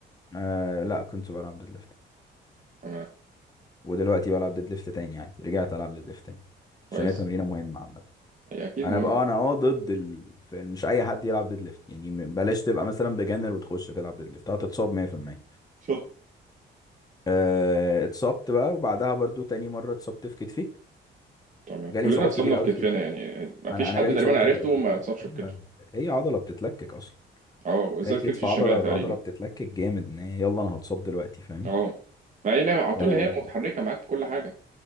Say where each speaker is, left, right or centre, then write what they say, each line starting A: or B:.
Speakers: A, on the left; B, on the right.
A: آه لا كنت بلعب ديد ليفت
B: تمام
A: ودلوقتي بلعب ديد ليفت تاني عادي رجعت العب ديد ليفت تاني
B: كويس
A: عشان هي تمرينة مهمة عامة
B: هي اكيد
A: انا
B: مهم
A: بقى انا اه ضد ال... في- مش اي حد يلعب ديد ليفت يعني م- بلاش تبقى مثلا بجنر وتخش تلعب ديد ليفت هتتصاب 100%
B: صح
A: آه اتصبت بقى وبعدها برضو تاني مرة اتصبت في كتفي
B: تمام
A: جالي
B: كلنا
A: اصابات
B: اتصابنا
A: كتير قوي
B: في كتفنا
A: في كتفي
B: يعني يعني ما فيش
A: انا انا
B: حد
A: جالي
B: تقريبا
A: اصابات
B: عرفته
A: كتير قوي
B: ما اتصابش في
A: هي
B: كتفه
A: هي عضله بتتلكك اصلا
B: اه وبالذات
A: هي الكتف
B: كتف الشمال
A: عضله
B: تقريبا
A: عضله بتتلكك جامد ان هي يلا انا هتصاب دلوقتي فاهم
B: اه ما هي لعبة- على طول
A: آه
B: هي متحركه معاك في كل حاجه